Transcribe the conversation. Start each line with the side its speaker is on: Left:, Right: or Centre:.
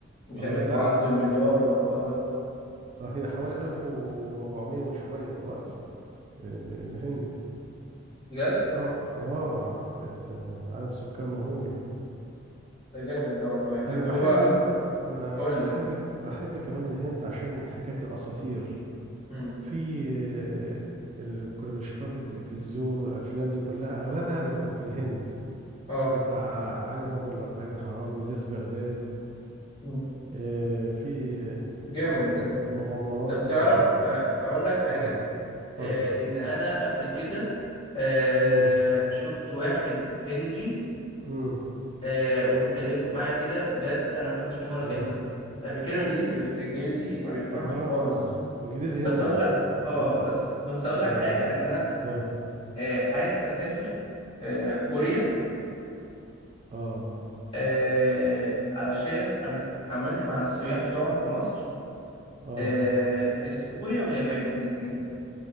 Left: مش
Right: اه
Left: عارف
Right: لا
Left: وعدوا
Right: لا
Left: المليار وحوارات
Right: اه هي حوالي 1400 وشوية دلوقتي ال- الهند
Left: بجد
Right: اه اه بقت آه، عدد سكان مهول
Left: ده جامد ده والله طب
Right: انا بحب
Left: هو
Right: ال... آه، انا
Left: قول
Right: بحب
Left: لي
Right: بحب كمان الهند عشان حكاية الأساطير
Left: امم
Right: في آه، اللي كنا بنشوفها في التلفزيون والأفلام دي كلها أغلبها بيبقى في الهند
Left: اه
Right: بتاع علي بابا والأربعين حرامي ليس بغداد
Left: مم.
Right: آه، في
Left: جامد
Right: آه،
Left: ده
Right: مغامرات
Left: طب تعرف
Right: ع-
Left: آه، اقول لك حاجه
Right: اه
Left: آه،
Right: اتفضل
Left: ان انا قبل كده آه،
Right: امم
Left: شفت واحد هندي
Right: امم
Left: آه، واتكلمت معاه كده بجد انا ما فهمتش منه ولا كلمه
Right: اه
Left: آه، بيتكلم انجليزي بس انجليزي ما بيتفهمش
Right: اه
Left: خالص
Right: انجليزي
Left: بس
Right: هندي
Left: اقول لك
Right: <laughs>
Left: اه بس بس اقول
Right: اه
Left: لك حاجه ان انا
Right: اه
Left: آه، عايز اسافر آه، كوريا
Right: اه
Left: آه، علشان انا عملت مع السياح بتوعهم في مصر
Right: اه
Left: آه، الس- كوريا واليابان الاثنين